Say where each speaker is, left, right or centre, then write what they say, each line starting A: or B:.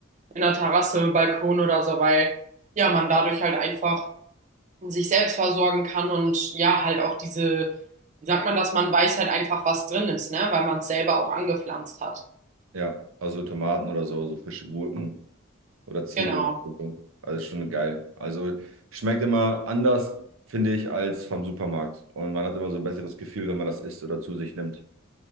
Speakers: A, on the right; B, on the right.
A: einer Terrasse, Balkon oder so, weil ja, man dadurch halt einfach sich selbst versorgen kann und ja, halt auch diese, wie sagt man das, man weiß halt einfach, was drin ist, ne, weil man es selber auch angepflanzt hat.
B: Ja, also Tomaten oder so, so frische Gurken. Oder Zwiebeln.
A: Genau.
B: und so. Also ist schon geil. Also schmeckt immer anders, finde ich, als vom Supermarkt. Und man hat immer so ein besseres Gefühl, wenn man das isst oder zu sich nimmt.